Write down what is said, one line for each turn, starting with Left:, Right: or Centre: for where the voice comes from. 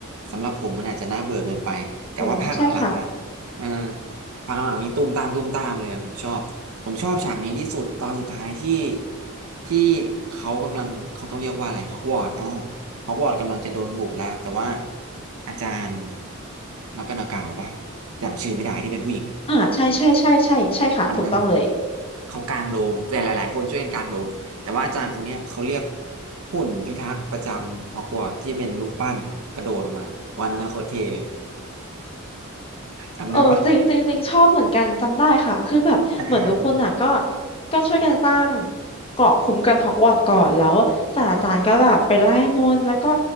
Right: สำหรับผมมันอาจจะน่าเบื่อเกินไปแต่ว่าภาคหลังๆอ่ะ
Left: อืมใช่ค่ะ
Right: เออภาคหลังๆนี้ตุ้มตามตุ้มตามเลยอะผมชอบผมชอบฉากนี้ที่สุดตอนสุดท้ายที่ที่เขากำลังเขาต้องเรียกว่าอะไรฮอกวอตส์อ่ะฮอกวอตส์กำลังจะโดนบุกแล้วแต่ว่าอาจารย์มักกะนากาวปะ จำชื่อไม่ได้ที่เป็นผู้หญิง
Left: อ่าใช่ใช่ใช่ใช่ใช่ค่ะถูกต้องเลย
Right: อ่าเขากางโดม แต่หลายๆคนช่วยกันกางโดม แต่ว่าอาจารย์คนเนี้ยเขาเรียกหุ่นพิทักษ์ประจำฮอกวอตส์ที่เป็นรูปปั้นกระโดดออกมาวันนั้นน่ะโคตรเท่เลย <laughs> จำได้ปะ
Left: เออจริงจริงจริงชอบเหมือนกันจำได้ค่ะคือแบบเหมือนทุกคนอ่ะก็
Right: อ่า
Left: ก็ช่วยกันสร้างเกราะคุ้มกันฮอกวอตส์ก่อนแล้วศาสตราจารย์ก็แบบไปไล่มนต์แล้วก็